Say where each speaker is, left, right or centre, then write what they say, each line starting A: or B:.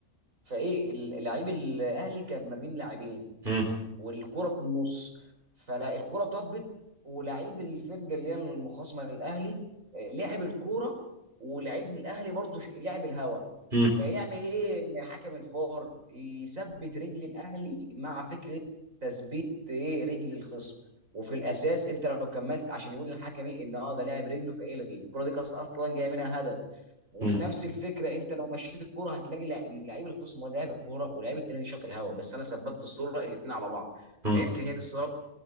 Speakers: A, on the right; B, on the right.
A: فايه اللعيب الاهلي كان ما بين لاعبين
B: مم.
A: والكرة في النص فلا الكرة طبت ولعيب الفرقة اللي هي المخاصمة للأهلي آه، لعب الكرة ولعيب الأهلي برضه ش- لعب الهوا
B: مم.
A: فيعمل إيه حكم الفار يثبت رجل الأهلي مع فكرة تثبيت إيه رجل الخصم وفي الأساس أنت لو كملت عشان يقول للحكم إيه إن أه ده لاعب رجله فإلغي الكرة دي كانت أصلا جاية منها هدف وفي
B: مم.
A: نفس الفكره انت لو مشيت الكوره هتلاقي لا- ان لعيب الخصم هو ده لاعب الكوره ولاعيب التاني شاط الهوا بس انا ثبتت الصوره الاثنين على بعض
B: مم.
A: فيمكن هي دي الثغرات